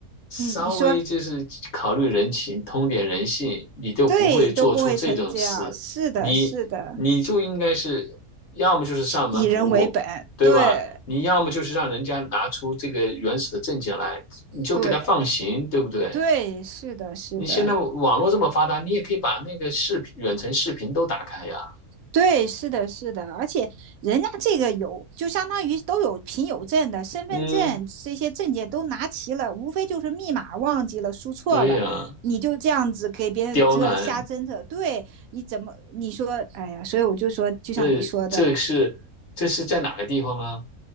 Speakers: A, on the left; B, on the right.
A: 稍微就是考虑人情，
B: 嗯，你说
A: 通点人性，你就不会做出这种事。
B: 对，都不会成这样，是的，
A: 你你就应该是要么就是上门服务，
B: 是的，以人为本，
A: 对吧？
B: 对
A: 你要么就是让人家拿出这个原始的证件来，你就给他放行，
B: 对
A: 对不对？
B: 对，是的，是的，
A: 你现在网络这么发达，你也可以把那个视频、远程视频都打开呀。
B: 对，是的，是的，而且人家这个有，就相当于都有凭有证的，身份证这些证件都拿齐了，
A: 嗯，
B: 无非就是密码忘记了，输错了，
A: 对呀，
B: 你就这样子给别人遮瞎侦测，
A: 刁难，
B: 对，你怎么你说，哎呀，所以我就说，就像你说的。
A: 这这是这是在哪个地方啊？